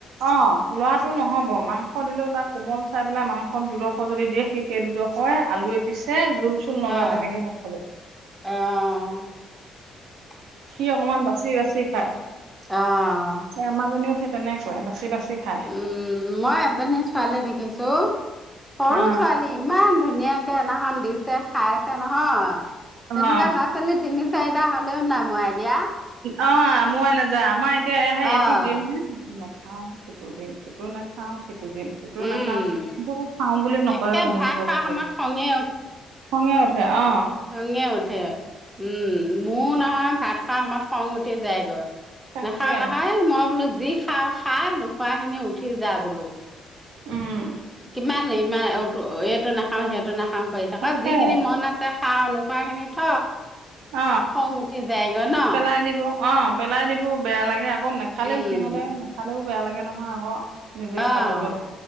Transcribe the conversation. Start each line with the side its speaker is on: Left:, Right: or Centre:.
Right: অ লোৱাটো নহব মাংস দিলেও তাৰ কোমল চাই পেলাই মাংসত দুডোখ যদিয়ে সি সেই দুডোখই আলুৱে পিছে জোল চোল নলয়
Centre: আহ
Right: তেনেকেই ভাত খাব সি অকমান বাচি বাচি খায়
Centre: অ',
Right: স আমাৰাজীও সি তেনেকুৱাই বাচি বাচি খায়
Centre: উম মই এজনী ছোৱালী দেখিছো সৰু
Right: অ
Centre: ছোৱালী ইমান ধুনীয়াকে এনাখন দিছে খাইছে নহয় তেনেকুৱা
Right: অ
Centre: ল'ৰা ছোৱালী তিনি চাৰিটা হ'লেও নাই মৰাই দিয়া
Right: অ মো নাযায় আমাৰ এতিয়া এ এইটো
Centre: অ'।
Right: দিম হে নাখাও সেইটো দিম সেইটো নাখাও সেইটো দিম সেইটোও
Centre: উম,
Right: নাখাও খাও বুলি নকয়
Centre: একে
Right: কোনোো
Centre: ভাত
Right: বস্তুৱে
Centre: খোৱাৰ সময়ত খঙে
Right: ঙ উঠে অ
Centre: সংঙ্ঞা উঠে উম মোৰো নহয় ভাত খোৱা সময়ত খং উঠি যায়গৈ
Right: তাকে
Centre: নাখাও নাখায় মই বোলো যি খাওঁ খা নোখোৱা খিনি উঠি যা বোলো
Right: উম
Centre: কিমান ইমান এইটো নাখাও সেইটো নাখাও পাৰি থাক
Right: তাকে
Centre: যিখিনি মন আছে খা নোখোৱা খিনি থ
Right: অ
Centre: খং উঠি যায়গৈ ন
Right: পেলাই দিব অ পেলাই দিব বেয়া লাগে আকৌ নেখালেও
Centre: উম,
Right: সিহঁতে নাখালেও বেয়া লাগে নহয় আকৌ নিজে
Centre: অ'।
Right: খাবলৈ